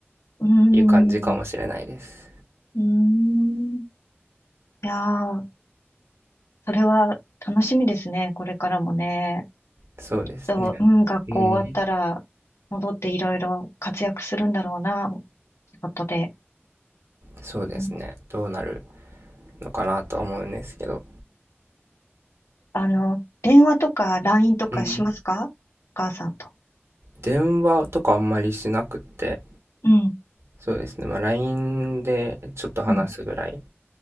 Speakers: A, on the left; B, on the right.
A: うー
B: いう感じかもしれないです。
A: ん。うーん。いやー、それは楽しみですね。これからもね。
B: そうですね。
A: と、うん、学校終わったら、
B: うん。
A: 戻っていろいろ活躍するんだろうな、仕事で。
B: そうですね。
A: うん
B: どうなるのかなとは思うんですけど。
A: あの、電話とか LINE とかしますかお母さんと。
B: うん。電話とかあんまりしなくって、
A: うん、
B: そうですね。まあ、LINE でちょっと話すぐらい
A: うん、